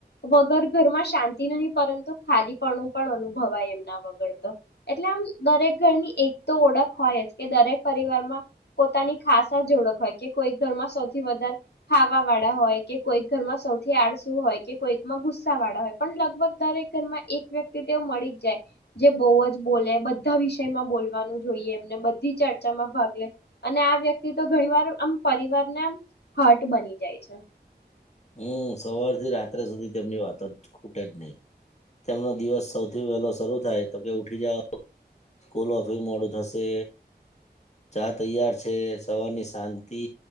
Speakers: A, on the left; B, on the left.
A: વગર ઘરમાં શાંત <unintelligible> પરંતુ ખાલીપણું પણ અનુભવાય એમના વગર તો એટલે આમ દરેક ઘરની એક તો ઓળખ હોય જ કે દરેક પરિવારમાં પોતાની ખાસા જ ઓળખ હોય કે કોઈક ઘરમાં સૌથી વધારે ખાવા વાળા હોય કે કોઈક ઘરમાં સૌથી આડસું હોય કે કોઈકમાં ગુસ્સા વાળા હોય પણ લગભગ દરેક ઘરમાં એક વ્યક્તિ તેવ મળી જ જાય જે બહુ જ બોલે બધા વિષયમાં બોલવાનું જોઈએ એમને બધી ચર્ચામાં ભાગ લે અને આ વ્યક્તિ તો ઘણી વાર આમ પરિવાર ને આમ હટ બની જાય છે છે
B: હમ સવાર થી રાત્રે સુધી તેમની વાતો જ ખૂટે જ નહીિ તેમનો દિવસ સૌથી વહેલો શરૂ થાય તો કે ઉઠી જાાવ સ્કૂલ ઓ ફી મોડું થશે ચા તૈયાર છે તે સવારની શાંતિ